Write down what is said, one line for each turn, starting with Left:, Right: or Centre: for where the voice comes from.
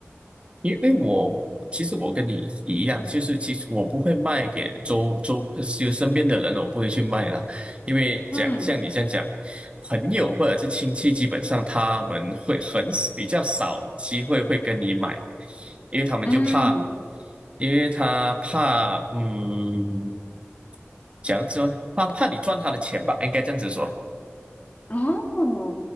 Right: 因为我我其实我跟你一样，就是其实我不会卖给周周就身边的人，我不会去卖啦。因为讲像你这样讲，
Left: 嗯。
Right: 朋友或者是亲戚，基本上他们会很比较少机会会跟你买，因为他们就怕，
Left: 嗯，
Right: 因为他怕嗯，讲说怕怕你赚他的钱吧，应该这样子说，
Left: 哦，